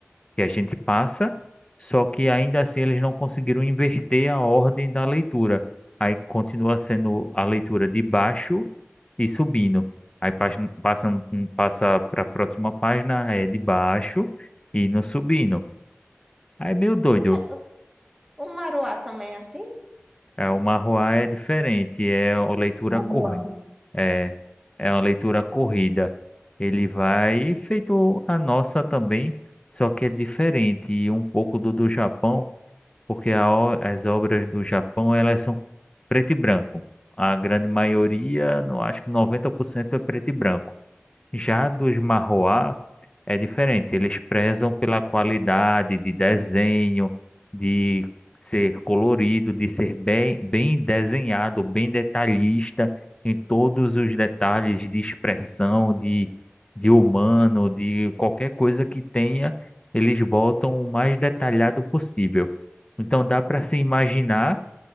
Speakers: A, on the left; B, in the centre.
A: que a gente passa, só que ainda assim eles não conseguiram inverter a ordem da leitura. Aí continua sendo a leitura de baixo e subindo. Aí pas- passa, passa para a próxima página, é de baixo e no subindo. Aí é meio doido.
B: E o o maruá também é assim?
A: É uma rua é diferente, é uma leitura
B: Vamos
A: cor, é, é uma leitura corrida. Ele vai feito a nossa também, só que é diferente e um pouco do do Japão porque a o- as obras do Japão elas são preto e branco. A grande maioria, não acho que 90% é preto e branco. Já dos Marroá é diferente, eles prezam pela qualidade de desenho, de ser colorido, de ser bem, bem desenhado, bem detalhista em todos os detalhes de expressão, de, de humano, de qualquer coisa que tenha, eles botam o mais detalhado possível. Então dá para se imaginar,